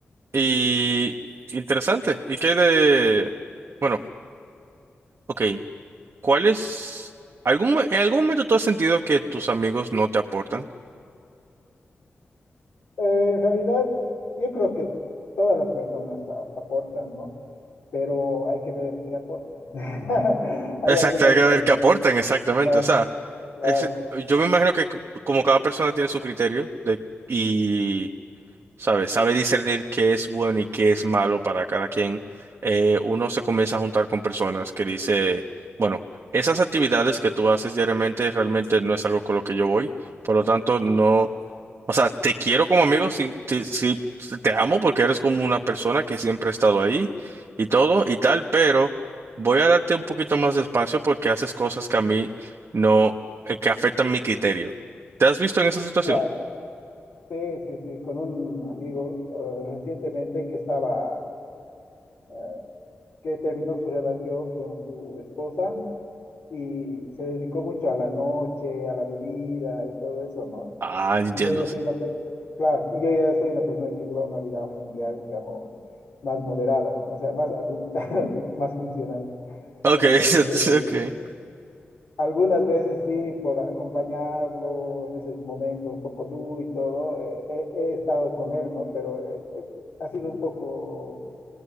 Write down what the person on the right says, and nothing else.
Y interesante, ¿y qué hay de, bueno, ok. ¿Cuál es? ¿Algún, mo- en algún momento tú has sentido que tus amigos no te aportan?
Exacto,
hay que ver
qué aportan exactamente.
O sea,
es- yo me imagino que c- como cada persona tiene su criterio de, y sabe, sabe discernir qué es bueno y qué es malo para cada quien, eh, uno se comienza a juntar con personas que dice, bueno, esas actividades que tú haces diariamente realmente no es algo con lo que yo voy, por lo tanto, no, o sea, te quiero como amigo, sí, sí, sí, te amo porque eres como una persona que siempre ha estado ahí y todo y tal, pero voy a darte un poquito más de espacio porque haces cosas que a mí no, eh, que afectan mi criterio. ¿Te has visto en esa situación?
Ah, entiendo,
sí.
Okay,
<laughs> okay.